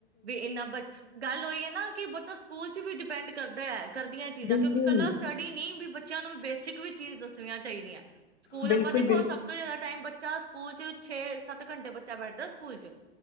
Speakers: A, on the right; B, on the left.
A: ਵੀ ਇੰਨਾ ਬਈ ਗੱਲ ਹੋਈ ਹੈ ਨਾ ਕਿ ਬਟ ਉਹ ਸਕੂਲ ਚ ਵੀ ਡਿਪੈਂਡ ਕਰਦਾ ਐ। ਕਰਦੀਆਂ ਚੀਜ਼ਾਂ
B: ਬਿਲਕੁਲ
A: ਕਿਉਂਕਿ ਇਕੱਲਾ ਸਟੱਡੀ ਨਹੀਂ ਵੀ ਬੱਚਿਆਂ ਨੂੰ ਬੇਸਿਕ ਵੀ ਚੀਜ਼ ਦੱਸਣੀਆਂ ਚਾਹੀਦੀਆਂ, ਸਕੂਲ
B: ਬਿਲਕੁਲ
A: ਆਪਾਂ ਦੇਖੋ
B: ਬਿਲਕੁਲ
A: ਸਭ ਤੋਂ ਜ਼ਿਆਦਾ ਟਾਈਮ ਬੱਚਾ ਸਕੂਲ ਚ ਛੇ ਸੱਤ ਘੰਟੇ ਬੱਚਾ ਬੈਠਦਾ ਸਕੂਲ ਚ